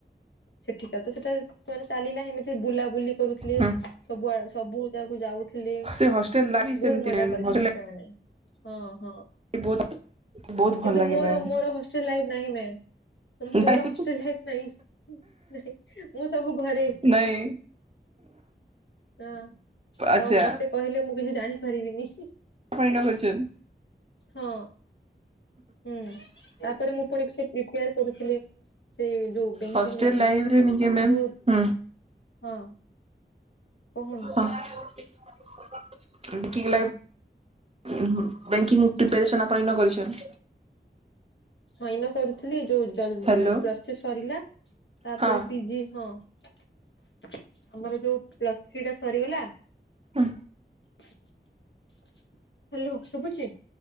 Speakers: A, on the left; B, on the right.
A: ସେଠିକାର ତ ସେଟା ସେମାନେ ଚାଲିଲା ସେମିତି ବୁଲାବୁଲି କରୁଥିଲେ
B: ହୁଁ
A: ସବୁଆ ସବୁ ଯାକୁ ଯାଉଥିଲେ।
B: ସେ ହଷ୍ଟେଲ ଲାଇଫ ସେମିତି
A: ବହୁତ ମଜା
B: ମ୍ୟାମ୍
A: କରିଛନ୍ତି
B: ହଷ୍ଟେଲ
A: ସେମାନେ ହଁ ହଁ। ଉଁ
B: ଲାଇଫ ବହୁତ ବହୁତ ଭଲ
A: କିନ୍ତୁ
B: ଲାଗେ
A: ମୋର
B: ମ୍ୟାମ୍
A: ମୋର ହଷ୍ଟେଲ ଲାଇଫ ନାହିଁ ମେନ୍। ମୋର
B: ନାଇଁ
A: ହଷ୍ଟେଲ ନାଇଁ ନାହିଁ ମୁଁ ସବୁ ଘରେ
B: ନାଇଁ
A: ନାଁ
B: ଆଚ୍ଛା
A: ତ ମତେ କହିଲେ ମୁଁ କିଛି ଜାଣିପାରିବିନି ହିଁ।
B: ଆପଣ ଏନ କରିଚନ୍।
A: ହଁ। ହୁଁ ତାପରେ ମୁଁ ପୁଣି ସେ ପ୍ରିପେୟାର କରୁଥିଲି। ସେ ଯୋଉ ବେଙ୍କିଙ୍ଗ୍
B: ହଷ୍ଟେଲ
A: ଲାଗି
B: ଲାଇଫରେ ନିଜେ
A: ମନ୍
B: ମ୍ୟାମ୍
A: ଦୁ ହଁ।
B: ହୁଁ
A: କହୁନି
B: ହ ଉଁ ବେକିଙ୍ଗ ଲାଇଫ୍ ଉଁ ହୁଁ ବ୍ୟାଙ୍କିଂ ପ୍ରିପାରେସନ୍ ଆପଣ ଏନ କରିଛନ୍।
A: ହଁ ଏନ କରୁଥିଲି ଯୋଉ ଜଲ୍
B: ହ୍ୟାଲୋ
A: ଜଲ୍ ପ୍ଲସ୍ ଥ୍ରୀ ସରିଲା ତାପରେ
B: ହଁ
A: ପିଜି ହଁ। ଆମର ଯୋଉ ପ୍ଲସ୍ ଥ୍ରୀଟା ସରିଗଲା।
B: ହୁଁ।
A: ହ୍ୟାଲୋ ଶୁଭୁଚି।